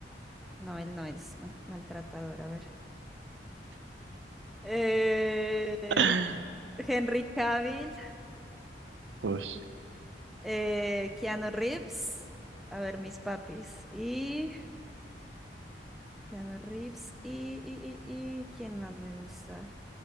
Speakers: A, in the centre; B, on the right.
A: no, él no es ma- maltratador, a ver. Eh,
B: <gasps> <laughs>
A: Henry Cavill,
B: Ush.
A: eh, Keanu Reeves, a ver, mis papis, y Keanu Reeves, y, y, y, y ¿quién más me gusta?